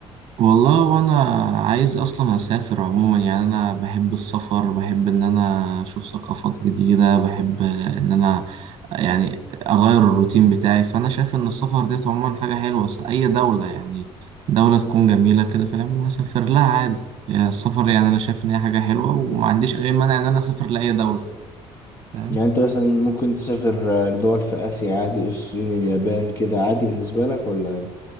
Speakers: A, on the right (about 45°); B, on the left (about 25°).
A: والله وانا عايز اصلا اسافر عموما يعني انا بحب السفر بحب ان انا اشوف ثقافات جديدة بحب ان انا يعني اغير الروتين بتاعي فانا شايف ان السفر ديت عموما حاجة حلوة س- اي دولة يعني دولة تكون جميلة كده فاهم اسافر لها عادي يعني السفر يعني انا شايف ان هي حاجة حلوة وما عنديش اي مانع ان انا اسافر لاي دولة فاهم
B: يعني انت مثلا ممكن تسافر آه، لدول في اسيا عادي الصين اليابان كده عادي بالنسبة لك ولا